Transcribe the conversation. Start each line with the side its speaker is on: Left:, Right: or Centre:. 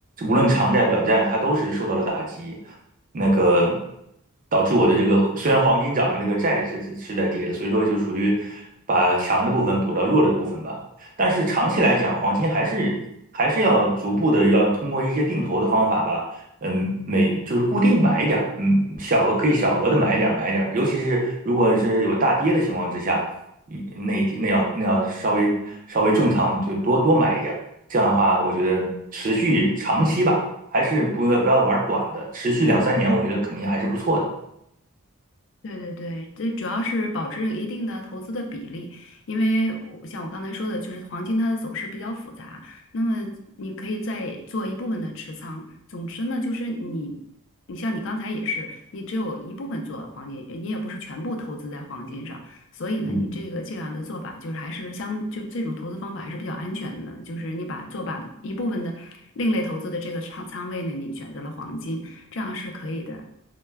Right: 无论长债短债，它都是受到了打击。那个导致我的这个虽然黄金涨了，那个债是是在跌的，所以说就属于把强的部分补到弱的部分吧。但是长期来讲，黄金还是还是要逐步的要通过一些定投的方法吧，嗯，每就是固定买一点儿，嗯，小额可以小额的买一点儿买一点儿，尤其是如果是有大跌的情况之下，一那一那要那要稍微稍微重仓就多多买一点儿。这样的话，我觉得持续长期吧，还是不要不要玩短的，持续两三年，我觉得肯定还是不错的。
Left: 对对对，这主要是保持一定的投资的比例，因为我像我刚才说的，就是黄金它的走势比较复杂，那么你可以再做一部分的持仓。总之呢，就是你，你像你刚才也是，你只有一部分做黄金，你也不是全部投资在黄金上，所以呢，
Right: 嗯
Left: 你这个这样的做法就是还是相，就这种投资方法还是比较安全的，就是你把做把一部分的另类投资的这个仓仓位呢，你选择了黄金，这样是可以的。